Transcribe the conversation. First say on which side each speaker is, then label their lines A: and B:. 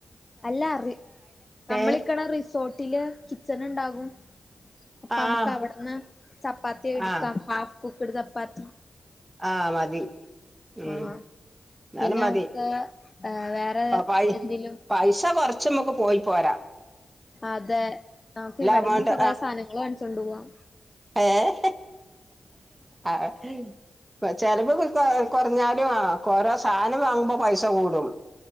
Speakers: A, on the left; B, on the right.
A: അല്ല റി നമ്മള്
B: ഏ
A: നിക്കണ റിസോർട്ടില്. കിച്ചണ് ഉണ്ടാകും അപ്പൊ
B: ആഹ്
A: നമ്മക്ക് അവിടന്ന് ചപ്പാത്തി ഇട്ക്കാം
B: ആഹ്
A: ഹാഫ്. കുക്ക്ട് ചപ്പാത്തി.
B: ആഹ് മതി. ഉം
A: ആഹ്
B: എന്നാലും
A: പിന്നെ
B: മതി
A: ഞമ്മക്ക് ഏഹ് വെറെ
B: പൈ
A: എന്തേലും.
B: പൈസ കൊറച്ച് ഞമ്മക്ക് പോയി പോരാം.
A: അതെ നമ്മക്ക് ഇവിടന്നും
B: അമൗണ്ട്
A: കൊറെ സാധനങ്ങള് വാങ്ങിച്ചോണ്ട് പോവാം.
B: ഏഹ് ആഹ്. ചെലപ്പം കൊ കൊറഞ്ഞാലും ആഹ് ഓരോ സാധനം വാങ്ങുമ്പോ പൈസ കൂടും.